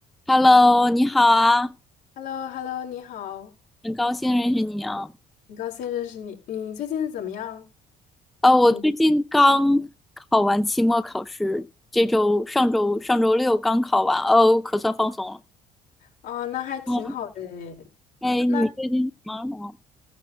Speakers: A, in the centre; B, on the left (about 80°).
A: Hello，你好啊，
B: h e l l o h e l l o 你好，
A: 很高兴认识你啊。
B: 很高兴认识你。你最近怎么样？
A: 哦，我最近刚考完期末考试，
B: 嗯，
A: 这周上周上周六刚考完，哦，可算放松了。
B: 哦，那还挺好的诶嗯那
A: 嗯，哎，你最近忙什么？